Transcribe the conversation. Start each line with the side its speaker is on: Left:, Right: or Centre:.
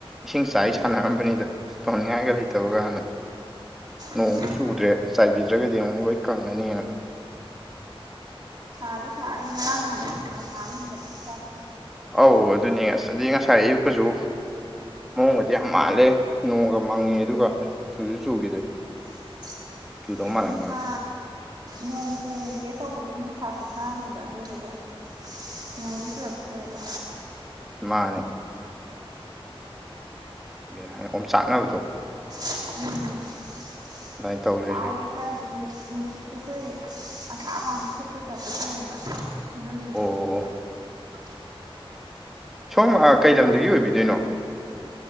Centre: ꯏꯁꯤꯡ ꯆꯥꯏ ꯁꯥꯟꯅꯔꯝꯕꯅꯤꯗ ꯇꯧꯅꯤꯡꯉꯥꯏꯒ ꯂꯩꯇꯕꯒꯅꯥ ꯅꯣꯡꯁꯨ
Right: ꯎꯝ
Centre: ꯆꯨꯗ꯭ꯔꯦ ꯆꯥꯏꯕꯤꯗ꯭ꯔꯒꯗꯤ ꯑꯃꯨꯛ ꯂꯣꯏ ꯀꯪꯉꯅꯦꯅ
Right: ꯁꯥꯗꯤ ꯁꯥꯔꯦ ꯉꯥꯔꯥꯡ ꯅꯍꯥꯟꯗꯩ ꯈꯪꯁꯥ ꯁꯥꯕ ꯍꯦꯟꯒꯠꯄ ꯗꯨꯃꯥꯏ ꯇꯧꯏ
Centre: ꯑꯧ ꯑꯗꯨꯅꯦ ꯑꯁꯗꯤ ꯉꯁꯥꯏ ꯑꯌꯨꯛꯀꯁꯨ ꯃꯑꯣꯡꯒꯗꯤ ꯌꯥꯝ ꯃꯥꯜꯂꯦ ꯅꯣꯡꯒ ꯃꯪꯉꯦ ꯑꯗꯨꯒ ꯆꯨꯁꯨꯨ ꯆꯨꯈꯤꯗ꯭ꯔꯦ
Right: <inaudible>
Centre: ꯆꯨꯗꯧ ꯃꯥꯜꯂꯝꯃꯒ
Right: ꯅꯨꯡꯁꯥ ꯅꯣꯡ ꯆꯨꯒꯦ ꯇꯧꯕꯒꯤ ꯅꯨꯡꯁꯥ ꯈꯨꯁꯥꯅꯦꯕ ꯑꯗꯨꯗꯨꯒ ꯅꯣꯡꯗꯤ ꯆꯨꯔꯛꯇ꯭ꯔꯦꯕ
Centre: ꯃꯥꯟꯅꯦ ꯕꯦꯔꯥꯅꯤ ꯑꯣꯝ ꯆꯥꯛꯅꯕꯗꯣ
Right: <unintelligible>
Centre: ꯑꯗꯨꯃꯥꯏ ꯇꯧ
Right: ꯁꯥꯏꯌꯦ
Centre: ꯂꯩꯔꯦ
Right: ꯀꯥꯏꯗꯒꯤ ꯅꯨꯡꯁꯤꯠꯁꯨ ꯑꯩꯈꯣꯏ ꯑꯁꯥꯕ ꯁꯤꯠꯄꯩꯐ ꯇꯥꯏꯞꯇ ꯇꯧꯋꯦꯕ ꯑꯥ
Centre: ꯑꯣ ꯁꯣꯝ ꯀꯩ ꯂꯝꯗꯒꯤ
Right: ꯂꯩꯕꯝ
Centre: ꯑꯣꯏꯕꯤꯗꯣꯏꯅꯣ